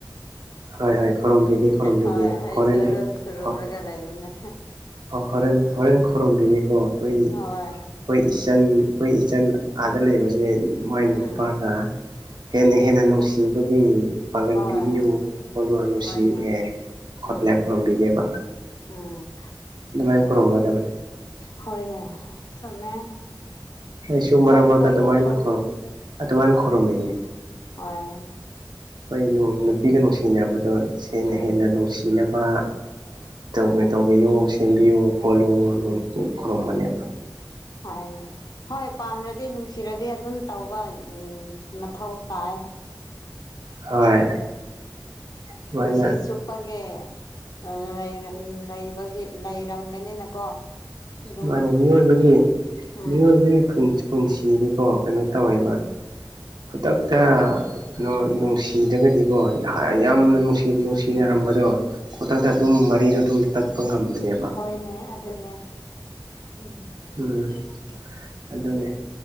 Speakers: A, on the right; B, on the left.
A: ꯍꯣꯏ ꯍꯣꯏ ꯈꯨꯔꯨꯝꯕꯤꯒꯦ ꯈꯨꯔꯨꯝꯕꯤꯒꯦ
B: ꯍꯣꯏ ꯑꯩꯁꯨ
A: ꯍꯣꯔꯦꯟ
B: ꯑꯗꯨꯝ ꯈꯨꯔꯨꯝꯔꯒ
A: ꯍꯣ
B: ꯂꯩꯕꯅꯦ
A: ꯍꯣꯔꯦꯟ ꯍꯣꯔꯦꯟ
B: ꯑꯥ
A: ꯈꯨꯔꯨꯝꯕꯤꯒꯦꯀꯣ ꯑꯩꯈꯣꯏ ꯑꯩꯈꯣꯏ
B: ꯍꯣꯏ
A: ꯏꯆꯟ ꯈꯣꯏ ꯏꯆꯟ ꯑꯥꯗ ꯂꯩꯕꯁꯦ ꯃꯥꯏ ꯅꯨꯄꯥꯒ
B: ꯎꯝ
A: ꯍꯦꯟꯅ ꯍꯦꯟꯅ ꯅꯨꯡꯁꯤꯕꯒꯤ ꯄꯥꯡꯒꯟ
B: ꯍꯣꯏ
A: ꯄꯤꯕꯤꯌꯨ ꯍꯣꯂꯨ ꯅꯨꯡꯁꯤꯌꯦ
B: ꯍꯣꯏꯅꯦ
A: ꯈꯣꯠꯂꯦ
B: ꯎꯝ
A: ꯈꯣꯔꯝꯕꯤꯒꯦꯕ
B: ꯎꯝ꯫
A: ꯗꯨꯃꯥꯏ ꯈꯨꯔꯨꯝꯒꯗꯕꯅꯦ
B: ꯍꯣꯏꯅꯦ ꯆꯨꯝꯃꯦ
A: ꯑꯩꯁꯨ
B: ꯌꯥꯝ
A: ꯃꯔꯛ ꯃꯔꯛꯇ
B: ꯐꯩꯌꯦ
A: ꯑꯗꯨꯃꯥꯏꯅ
B: ꯍꯧꯖꯤꯛ
A: ꯈꯨꯔꯨꯝ ꯑꯗꯨꯃꯥꯏꯅ ꯈꯨꯔꯨꯝꯃꯤꯅꯤ
B: ꯍꯣꯢꯑꯦ
A: ꯍꯣꯏ ꯅꯨ ꯅꯨꯄꯤꯒ ꯅꯨꯡꯁꯤꯅꯕꯗꯣ ꯁꯦꯅ
B: ꯎꯝ
A: ꯍꯦꯟꯅ ꯅꯨꯡꯁꯤꯅꯕ ꯇꯧꯕꯤ ꯇꯧꯕꯤꯌꯨ ꯁꯦꯟꯕꯤꯌꯨ ꯈꯣꯠꯂꯨ
B: ꯎꯝ
A: <inaudible> ꯈꯨꯔꯨꯝꯕꯅꯦꯕ꯫
B: ꯍꯣꯏꯅꯦ ꯍꯣꯏ ꯄꯥꯝꯔꯗꯤ ꯅꯨꯡꯁꯤꯔꯗꯤ ꯑꯗꯨꯝ ꯇꯧꯕ ꯎꯝ ꯃꯊꯧ ꯇꯥꯏ꯫
A: ꯍꯣꯏ ꯑꯗꯨꯃꯥꯏꯅ
B: ꯄꯨꯟꯁꯤ ꯆꯨꯞꯄꯒꯦ ꯑ ꯂꯩꯕ ꯂꯩꯕꯒꯤ ꯂꯩꯔꯝꯒꯅꯤꯅꯀꯣ ꯑꯗꯨꯝ
A: ꯃꯥꯅꯦ ꯃꯤꯑꯣꯏꯕꯒꯤ
B: ꯎꯝ
A: ꯃꯤꯑꯣꯏꯕꯒꯤ ꯄꯨꯟꯁ ꯄꯨꯟꯁꯤꯗꯤꯀꯣ ꯀꯩꯅꯣ ꯇꯧꯋꯦꯕ
B: ꯎꯝ
A: ꯈꯨꯗꯛꯇ
B: ꯎꯝ
A: ꯅꯣ ꯅꯨꯡꯁꯤꯗꯒꯗꯤꯀꯣ ꯌꯥ
B: ꯎꯝ
A: ꯌꯥꯝꯅ ꯅꯨꯡꯁꯤ ꯅꯨꯡꯁꯤꯅꯔꯝꯕꯗꯣ ꯈꯨꯗꯛꯇ
B: ꯎꯝ
A: ꯑꯗꯨꯝ ꯃꯔꯤ ꯖꯨ ꯑꯗꯨꯝ ꯇꯠꯄ ꯉꯝꯕꯅꯦꯕ
B: ꯍꯣꯏꯅꯦ ꯑꯗꯨꯅꯦ ꯎꯝ
A: ꯎꯝ ꯑꯗꯨꯅꯦ